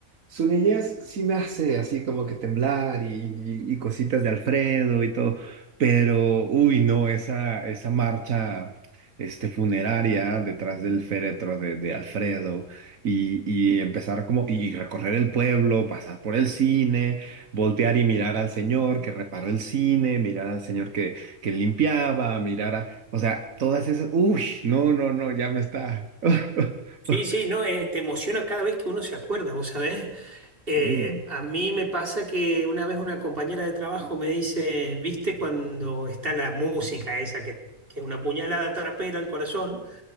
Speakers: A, on the right; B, on the right.
A: su niñez sí me hace así como que temblar y, y- y cositas de Alfredo y todo, pero uy, no, esa, esa marcha este, funeraria detrás del féretro de, de Alfredo y, y empezar como, y recorrer el pueblo, pasar por el cine, voltear y mirar al señor que reparó el cine, mirar al señor que, que limpiaba, mirar a, o sea, todas esas, uy, no, no, no, ya me está. <laughs>
B: Sí,
A: <laughs>
B: sí, no, eh, te emociona cada vez que uno se acuerda, ¿vos sabés? Eh,
A: Sí.
B: a mí me pasa que una vez una compañera de trabajo me dice, ¿viste cuando está la música esa que, que es una puñalada trapera al corazón?